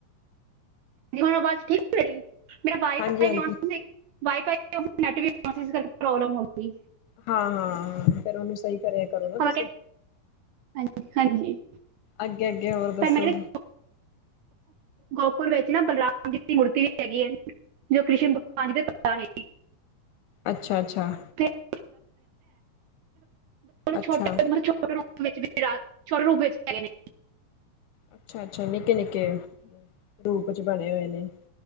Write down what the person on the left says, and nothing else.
ਹਾਂਜੀ-ਹਾਂਜੀ
ਹਾਂ ਹਾਂ ਹਾਂ ਫੇਰ ਉਹਨੂੰ ਸਹੀ ਕਰਿਆ। ਕਰੋ ਨਾ
ਤੁਸੀਂ।
ਅੱਗੇ ਅੱਗੇ ਹੋਰ ਦੱਸੋ?
ਅੱਛਾ ਅੱਛਾ।
ਅੱਛਾ।
ਅੱਛਾ ਅੱਛਾ ਨਿੱਕੇ ਨਿੱਕੇ ਰੂਪ ਚ ਬਣੇ ਹੋਏ ਨੇ।